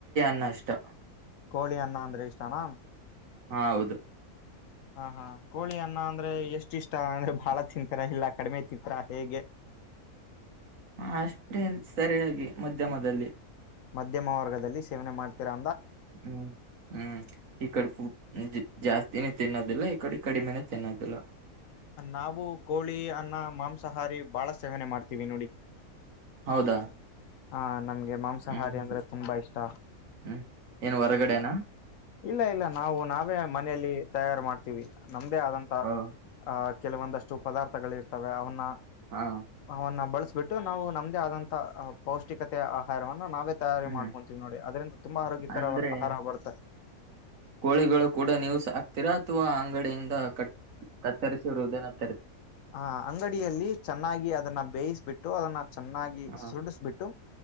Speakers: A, on the right; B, on the left.
A: <unintelligible>
B: ಕೋಳಿ ಅನ್ನ ಅಂದ್ರೆ ಇಷ್ಟನಾ
A: ಹಾ ಹೌದು
B: ಹಾ ಹಾ ಕೋಳಿ ಅನ್ನ ಅಂದ್ರೆ ಎಷ್ಟ ಇಷ್ಟ ಅಂದ್ರೆ ಬಾಳ ತಿಂತಿರಾ ಇಲ್ಲ ಕಡಿಮೆ ತಿಂತೀರ ಹೇಗೆ
A: ಅಷ್ಟೇ ಸರಿಯಾಗಿ ಮಧ್ಯಮದಲ್ಲಿ
B: ಮಧ್ಯಮ ವರ್ಗದಲ್ಲಿ ಸೇವನೆ ಮಾಡ್ತಿರಾ
A: ಹ್ಮ್ ಹ್ಮ್ ಈ ಕಡೇ ಜಾಸ್ತಿ ತಿನಿ ತಿನ್ನೋದಿಲ್ಲ ಈ ಕಡೆ ಕಡಿಮೆನು ತಿನ್ನೋದಿಲ್ಲ
B: ನಾವು ಕೋಳಿ ಅನ್ನ ಮಾಂಸಾಹಾರಿ ಬಾಳ ಸೇವನೆ ಮಾಡ್ತೀವಿ ನೋಡಿ
A: ಹೌದಾ
B: ಹಾ ನಮ್ಗೆ ಮಾಂಸಾಹಾರಿ
A: ಹ್ಮ್ ಹ್ಮ್
B: ಅಂದ್ರೆ ತುಂಬಾ ಇಷ್ಟ
A: ಹ್ಮ್ ಏನ್ ಹೊರಗಡೆನಾ
B: ಇಲ್ಲ ಇಲ್ಲ ನಾವು ನಾವೇ ಮನೆಯಲ್ಲಿ ತಯಾರು ಮಾಡ್ತೀವಿ ನಮ್ದೇ ಆದಂತ
A: ಓ
B: ಹಾ ಕೆಲವೊಂದಷ್ಟು ಪದಾರ್ಥಗಳ ಇರ್ತವೆ ಅವನ್ನ
A: ಹಾ
B: ಅವನ್ನ ಬಳಸಬಿಟ್ಟು ನಾವು ನಮ್ದೇ ಆದಂತ ಪೌಷ್ಟಿಕತೆಯ ಆಹಾರವನ್ನು ನಾವೇ ತಯಾರಿ
A: ಹ್ಮ್
B: ಮಾಡ್ಕೊಂತೀವಿ ನೋಡಿ ಅದ್ರಿಂದ ತುಂಬಾ ಆರೋಗ್ಯಕರ
A: ಅಂದ್ರೆ
B: ಆಹಾರ ಬರುತ್ತೆ
A: ಕೋಳಿಗಳು ಕೂಡ ನೀವು ಸಕ್ತೀರಾ ಅಥವಾ ಅಂಗಡಿಯಿಂದ ಕತ್ತರಿಸಿರುವುದೇನತ್ತ
B: ಹಾ ಅಂಗಡಿಯಲ್ಲಿ ಚೆನ್ನಾಗಿ ಅದನ್ನ ಬೇಯಿಸಿಬಿಟ್ಟು ಅದನ್ನ ಚೆನ್ನಾಗಿ
A: ಹ
B: ಸುಡಿಸ್ಬಿಟ್ಟು